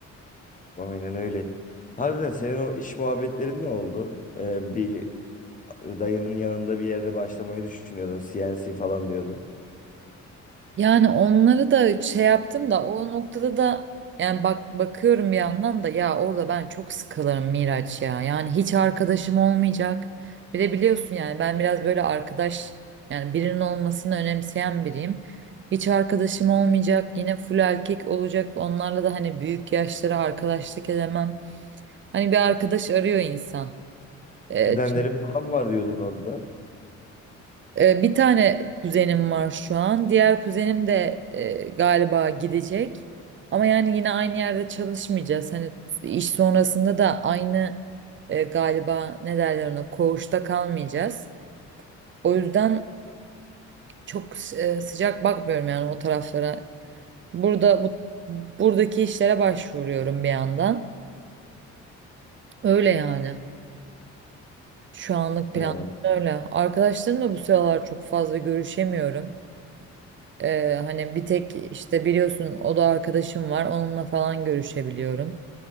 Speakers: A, on the left; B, on the right.
A: aynen öyle. Harbiden senin o iş muhabbetlerin ne oldu? Ee, bir dayının yanında bir yerde başlamayı düşünüyordun. C N C falan diyordun.
B: Yani onları da şey yaptım da o noktada da yani bak bakıyorum bir yandan da ya orada ben çok sıkılırım Miraç ya. Yani hiç arkadaşım olmayacak. Bir de biliyorsun yani ben biraz böyle arkadaş yani birinin olmasını önemseyen biriyim. Hiç arkadaşım olmayacak. Yine full erkek olacak. Onlarla da hani büyük yaşlara arkadaşlık edemem. Hani bir arkadaş arıyor insan. E,
A: Kuzenlerim
B: çünkü
A: falan var diyordun orada.
B: Ee, bir tane kuzenim var şu an. Diğer kuzenim de e, galiba gidecek. Ama yani yine aynı yerde çalışmayacağız. Hani iş sonrasında da aynı e, galiba ne derler ona koğuşta kalmayacağız. O yüzden çok e, sıcak bakmıyorum yani o taraflara. Burada bu, buradaki işlere başvuruyorum bir yandan. Öyle yani. Şu anlık plan
A: Ha,
B: öyle. Arkadaşlarımla bu sıralar çok fazla görüşemiyorum. Ee, hani bir tek işte biliyorsun o da arkadaşım var. Onunla falan görüşebiliyorum.